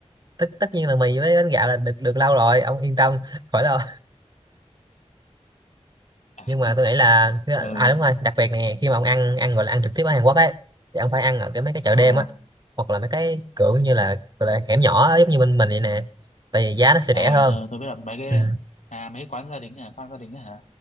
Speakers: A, on the right; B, on the left.
A: tất tất nhiên là mì với bánh gạo là được được lâu rồi ông yên tâm khỏi lo
B: à
A: nhưng mà tôi nghĩ là
B: ờ
A: à đúng rồi đặc biệt nè khi mà ông ăn ăn gọi là ăn trực tiếp ở Hàn Quốc ấy thì ông phải ăn ở cái mấy cái chợ đêm
B: ờ
A: á hoặc là mấy cái kiểu như là, gọi là hẻm nhỏ á, giống như bên mình vậy nè tại vì giá nó sẽ
B: à
A: rẻ hơn
B: tôi, tôi biết là mấy cái
A: ừ.
B: à mấy cái quán gia đình à quán gia đình á hả